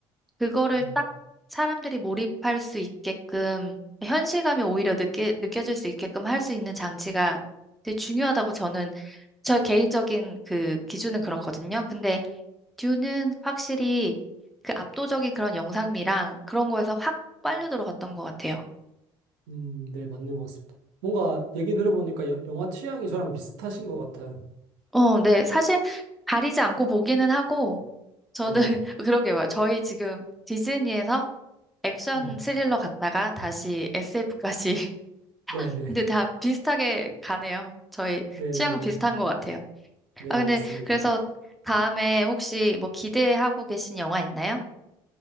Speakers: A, in the centre; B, on the right.
A: 그거를
B: 음,
A: 딱 사람들이 몰입할 수 있게끔, 현실감이 오히려 느끼, 느껴질 수 있게끔 할 수 있는 장치가 되게 중요하다고 저는, 저 개인적인 그 기준은 그렇거든요. 근데 듀는 확실히 그 압도적인 그런 영상미랑 그런 거에서 확 빨려 들어갔던 것 같아요.
B: 음, 네, 맞는 것 같습니다. 뭔가 얘기 들어보니까 여- 영화 취향이 저랑 비슷하신 것 같아요.
A: 어, 네. 사실 가리지 않고 보기는 하고, 저는
B: 네네.
A: <laughs> 그러게 요 저희 지금 디즈니에서 액션
B: 음,
A: 스릴러 갔다가 다시 SF까지. <laughs>
B: 네네.
A: 근데 다 비슷하게 가네요. 저희
B: 네네.
A: 취향 비슷한 것 같아요.
B: 네,
A: 아, 근데
B: 맞습니다.
A: 그래서 다음에 혹시 뭐 기대하고 계신 영화 있나요?